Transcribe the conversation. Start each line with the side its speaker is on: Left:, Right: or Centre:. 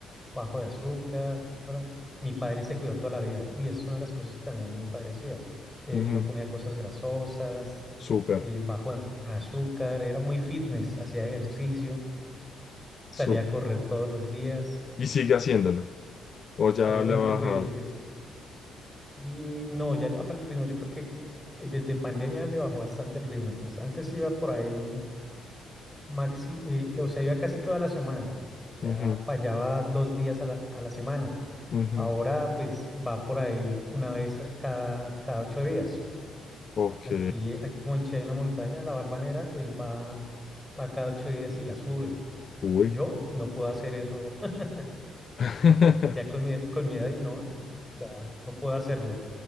Centre: bajo de azúcar. Mi padre se cuidó toda la vida. Uy, esa es una de las cosas que también mi padre hacía. Él
Left: Ujú,
Centre: no comía cosas grasosas,
Left: Súper,
Centre: eh, bajo en azúcar, era muy fitness, hacía ejercicio, salía
Left: súper.
Centre: a correr todos los días.
Left: Y sigue haciéndolo. O ya
Centre: Obviamente,
Left: le ha bajado.
Centre: pues desde Y no, ya le bajó el ritmo. Yo creo que desde pandemia le bajó bastante el ritmo. Entonces, antes iba por ahí maxi, eh, o sea, iba casi toda la semana. O sea,
Left: Ujú,
Centre: fallaba dos días a la, a la semana.
Left: ujú.
Centre: Ahora, pues, va por ahí una vez a- cada, cada ocho días.
Left: Ok.
Centre: A- Aquí, eh, aquí como en Chile hay una montaña, la Valvanera, él va, va cada ocho días y la sube.
Left: Uy.
Centre: Yo no puedo hacer eso <laughs>
Left: <laughs>
Centre: ya con mi, con mi edad y no, <laughs> o sea, no puedo hacerlo.